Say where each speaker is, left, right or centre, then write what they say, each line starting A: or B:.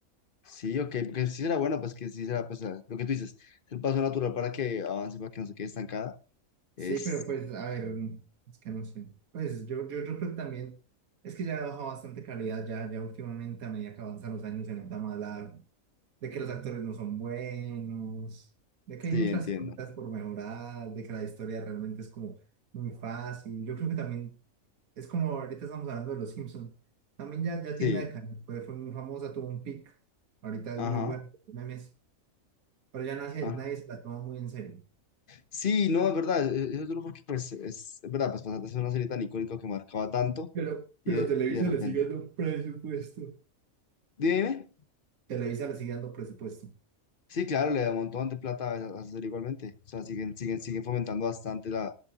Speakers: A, on the left; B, on the right.
A: Sí, ok. Porque sí será buena, pues que sí será, pues, ah, lo que tú dices. Es el paso natural para que avance, para que no se quede estancada. Es,
B: Sí, pero pues, a ver, mm, es que no sé. Pues yo, yo, yo creo que también, es que ya ha bajado bastante calidad, ya, ya últimamente a medida que avanzan los años se nota más la, de que los actores no son buenos, de que
A: sí,
B: hay muchas
A: entiendo.
B: cosas por mejorar, de que la historia realmente es como muy fácil. Yo creo que también, es como ahorita estamos hablando de los Simpsons, también ya, ya
A: Sí.
B: tienda de carne, pues fue muy famosa, tuvo un pic, ahorita
A: Ajá.
B: es muy buena, memes, pero ya nadie,
A: ah.
B: nadie se la toma muy en serio.
A: Sí, no, es verdad, e- esos grupos que pues, es, es verdad, pues pasar de ser una serie tan icónica que marcaba tanto
B: Pero,
A: y
B: pero
A: de,
B: Televisa
A: y de repente,
B: le sigue dando presupuesto.
A: dime,
B: Televisa le sigue dando presupuesto.
A: sí, claro, le da un montón de plata a esa, a esa serie igualmente, o sea, siguen, siguen, siguen fomentando bastante la,